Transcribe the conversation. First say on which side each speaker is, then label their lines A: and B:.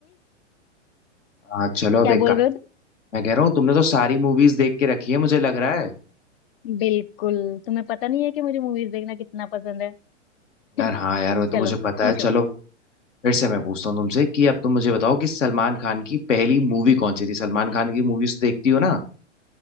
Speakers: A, on the left (about 80°); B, on the left (about 50°).
A: हाँ चलो अब
B: क्या
A: एक
B: बोल
A: काम
B: रहे हो
A: मैं कह रहा हूँ तुमने तो सारी मूवीज देख के रखी है मुझे लग रहा है
B: तुम बिल्कुल तुम्हें पता नहीं है कि मुझे मूवीज देखना कितना पसंद है <laughs>
A: यार हाँ यार वो तो
B: चलो
A: मुझे पता
B: पूछो
A: है चलो फिर से मैं पूछता हूँ तुमसे कि अब तुम मुझे बताओ कि सलमान खान की पहली मूवी कौन सी थी सलमान खान की मूवीज देखती हो ना